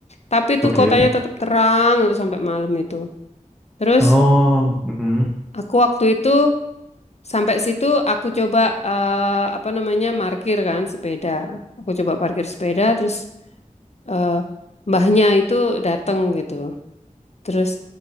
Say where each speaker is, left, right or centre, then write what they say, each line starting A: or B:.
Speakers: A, on the left; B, in the centre.
A: Tapi itu
B: Oke.
A: kotanya tetap terang itu sampai malam itu. Terus
B: Oh, mm-mm.
A: aku waktu itu sampai situ aku coba eh, apa namanya parkir kan sepeda. Aku coba parkir sepeda terus eh, mbahnya itu datang gitu. Terus